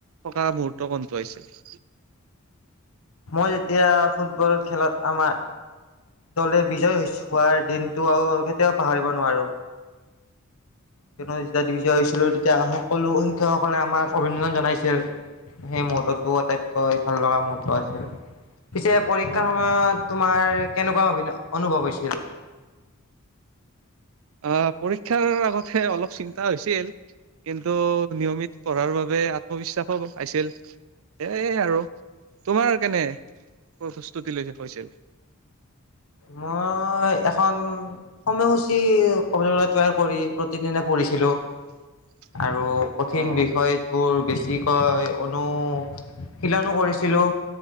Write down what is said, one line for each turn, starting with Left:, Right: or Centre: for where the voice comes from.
Right: থকা মহুৰ্ত কত গৈছিল <inaudible>
Left: মই যেতিয়া ফুটবল খেলত আমাৰ দলে বিজয় হোৱাৰ দিনটো আৰু কেতিয়াও পাহৰিব নোৱাৰো <inaudible> যেতিয়া ডিভিচ হৈছিলো তেতিয়া সকলো শিক্ষকসকলে আমাক অভিনন্দন জনাইছিল সেই মূহঠ তো আটা ইতক খালা মূহঠ আছিল পিছে পৰীক্ষাৰ
Right: আহ
Left: সময়ত তোমাৰ কেনেকুৱা অনুভৱ হৈছিল <inaudible>
Right: অ পৰীক্ষাৰ আগতে অলপ চিন্তা হৈছিল কিন্তু নিয়মিত পঢ়াৰ বাবে আত্মবিশ্বাসো আছিল সেয়াই আৰু তোমাৰ কেনেপস্তুতি লৈ হৈছিল <inaudible>
Left: মই এখন সময়সূচী কবলৈ গলে তৈয়াৰ কৰি প্ৰতিদিনে পঢ়ি ছিলো
Right: <unintelligible>
Left: আৰু কঠিন
Right: অ
Left: বিষয়
Right: অ
Left: বোৰ বেছি কি কয় অনুশিলনো কৰিছিলোঁ